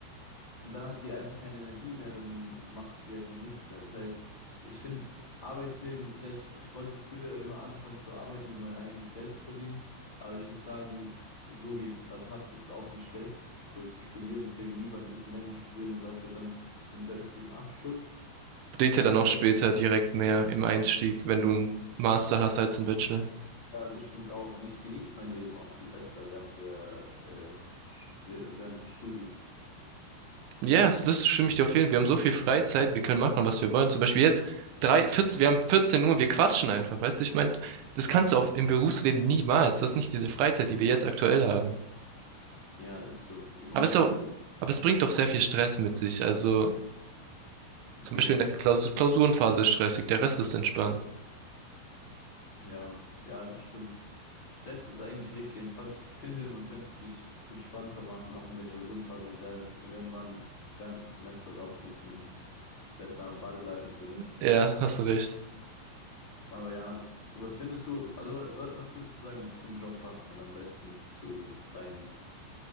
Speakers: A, on the left; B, on the right.
A: und dann hat die einfach keine Energie mehr, dann macht sie einfach nichts mehr. Das heißt, ich finde Arbeitsleben, vielleicht, ich wollte früher immer anfangen zu arbeiten, um mein eigenes Geld zu verdienen, aber ich muss sagen, so wie ich es gerade habe, ist es auch nicht schlecht, so zu studieren. Deswegen lieber ein bisschen länger studieren und dafür dann einen besseren Abschluss.
B: Bringt
A: Äh,
B: ja dann auch später direkt mehr im Einstieg, wenn du einen Master hast als einen Bachelor.
A: ja, das stimmt auch. Und ich genieße mein Leben auch viel besser während der, äh, Sch- während des Studiums.
B: Ja, yes, das stimme ich dir auf jeden Fall. Wir haben so viel Freizeit, wir können machen, was wir wollen. Zum Beispiel jetzt drei, 14, wir haben 14 Uhr, wir quatschen einfach, weißt du? Ich meine, das kannst du auf, im Berufsleben niemals. Du hast nicht diese Freizeit, die wir jetzt aktuell haben.
A: Ja, ist so. Und man
B: Aber
A: muss
B: es, ist auch,
A: dann,
B: aber es bringt doch sehr viel Stress mit sich. Also
A: geht.
B: zum Beispiel in der Klaus Klausurenphase ist stressig, der Rest ist entspannt.
A: Ja, ja, das stimmt. Rest ist eigentlich richtig entspannt. Ich finde, man könnte es sich entspannter machen, auch in der Klausurenphase, wer- wenn man während des Semesters auch ein bisschen besser am Ball bleiben würde.
B: Ja, hast du recht.
A: Aber ja, was findest du, also wa- was würdest du sagen, für einen Job passt dann am besten zu deinen,